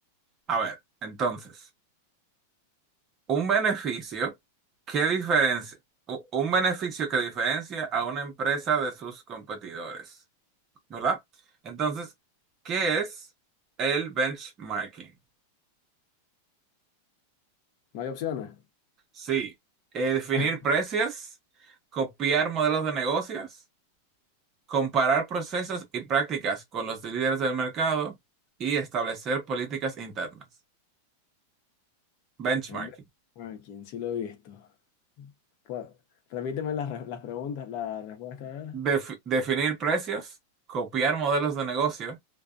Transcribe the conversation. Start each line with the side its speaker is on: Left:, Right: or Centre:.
Right: A ver, entonces. Un beneficio que diferencia, u- un beneficio que diferencia a una empresa de sus competidores, ¿verdad? Entonces, ¿qué es el benchmarking?
Left: No hay opciones.
Right: Sí, eh, definir
Left: <laughs>
Right: precios, copiar modelos de negocios, comparar procesos y prácticas con los líderes del mercado y establecer políticas internas. Benchmarking.
Left: El ranking, sí lo he visto. Pues, repíteme las, re- las preguntas, la respuesta, a ver.
Right: Def- definir precios, copiar modelos de negocio,